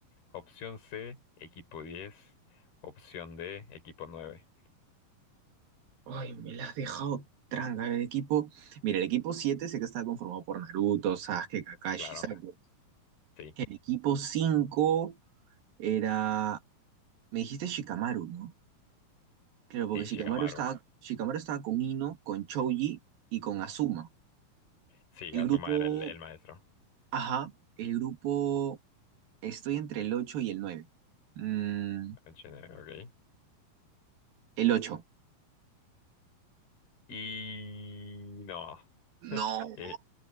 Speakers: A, on the left; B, on the right.
A: Opción C, equipo diez Opción D, equipo nueve
B: Ay, me la has dejado tranca. El equipo, mira, el equipo 7 sé que está conformado por Naruto, Sasuke, Kakashi,
A: Claro,
B: Sakura.
A: sí,
B: El equipo 5 era, me dijiste Shikamaru, ¿no? Claro, porque
A: sí,
B: Shikamaru
A: Shikamaru.
B: estaba, Shikamaru estaba con Ino, con Choji y con Azuma.
A: Sí,
B: El
A: Azuma
B: grupo,
A: era el, el maestro.
B: ajá, el grupo, estoy entre el 8 y el 9. Mm,
A: El Shinigami, Ok.
B: el 8.
A: Y no.
B: No,
A: <laughs> Eh,